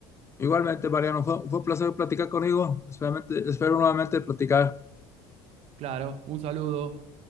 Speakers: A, on the left; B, on the right.
A: igualmente, Mariano, fue, fue un placer platicar conmigo. Espero, espero nuevamente platicar.
B: Claro, un saludo.